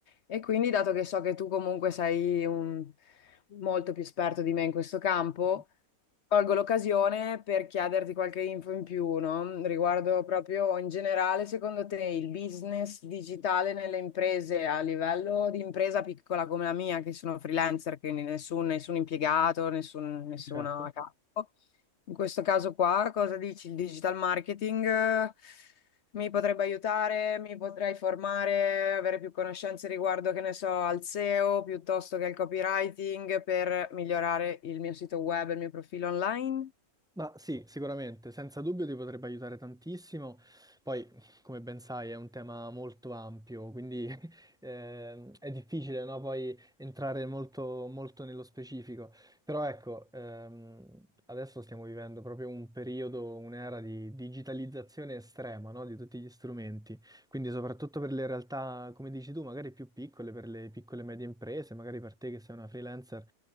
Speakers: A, on the left (about 60°); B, in the centre.
A: E quindi, dato che so che tu comunque sei un- molto più esperto di me in questo campo,
B: Mhm.
A: Colgo l'occasione per chiederti qualche info in più, no? Riguardo proprio in generale, secondo te il business digitale nelle imprese a livello di impresa piccola come la mia, che sono freelancer, quindi nessun, nessun impiegato, nessun, nessuno
B: Certo.
A: a capo. In questo caso qua, cosa dici? Il digital marketing? eh, mi potrebbe aiutare, mi potrei formare, avere più conoscenze riguardo, che ne so, al SEO piuttosto che al copywriting per migliorare il mio sito web e il mio profilo online.
B: Ma sì, sicuramente, senza dubbio ti potrebbe aiutare tantissimo. Poi, come ben sai, è un tema molto ampio, quindi <laughs> ehm, è difficile, no, Poi entrare molto, molto nello specifico. Però ecco, ehm, adesso stiamo vivendo proprio un periodo, un'era di digitalizzazione estrema, no, Di tutti gli strumenti. Quindi soprattutto per le realtà, come dici tu, magari più piccole, per le piccole e medie imprese, magari per te che sei una freelancer,